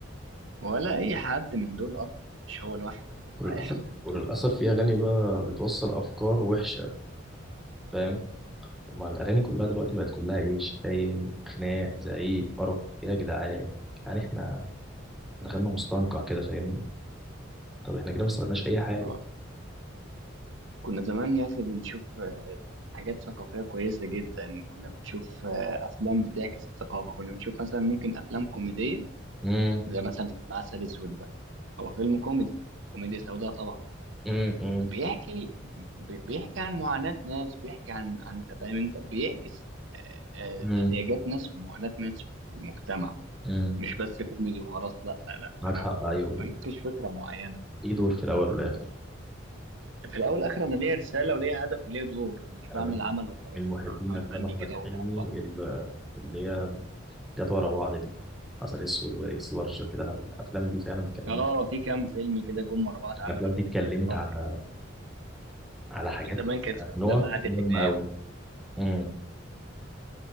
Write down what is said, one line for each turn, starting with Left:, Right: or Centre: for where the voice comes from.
Right: ولا اي حد من دول اصلا مش هو لوحده يعني
Centre: وللأسف
Right: ولا اي حد من
Centre: وللأسف
Right: دول
Centre: في أغاني بقى بتوصل أفكار وحشة فاهم ما الأغاني كلها دلوقتي بقت كلها إيه شتايم خناق زعيق قرف إيه يا جدعان يعني إحنا إحنا دخلنا مستنقع كده فاهمني طب إحنا كده ما استفدناش أي حاجة
Right: آه، كنا زمان يا اخي بنشوف آه، حاجات ثقافيه كويسه جدا كنا بنشوف آه، افلام بتعكس الثقافه كنا بنشوف مثلا ممكن افلام كوميديه
Centre: امم
Right: زي مثلا فيلم عسل اسود ده هو فيلم كوميدي كوميديا سوداء طبعا
Centre: امم
Right: بيحكي بي- بيحكي عن معاناة ناس بيحكي عن عن انت فاهم انت بيعكس آه،
Centre: امم
Right: آه، احتياجات ناس ومعاناة ناس في المجتمع
Centre: امم
Right: مش بس كوميدي وخلاص لا لا ده
Centre: معاك
Right: انا
Centre: حق
Right: ب-
Centre: أيوه ليه
Right: بناقش فكرة معينة
Centre: ليه دور في الأول والآخر
Right: في الاول والاخر انا ليا رسالة وليا هدف وليا دور انا مش بعمل
Centre: أنا من
Right: عمل وخلاص
Centre: من محبين
Right: مش بعمل عمل
Centre: أفلام
Right: فني
Centre: أحمد
Right: كده ولا
Centre: حلمي
Right: على البركة
Centre: ال- اللي هي جت ورا بعض دي عسل أسود وإكس لارج وكده الأفلام دي فعلا اتكلمت
Right: اه في كام فيلم كده جم ورا بعض عملوا
Centre: الأفلام دي اتكلمت
Right: طفرة
Centre: على على حاجات
Right: زمان كانت في
Centre: نقط
Right: افلام عادل
Centre: مهمة
Right: امام
Centre: أوي امم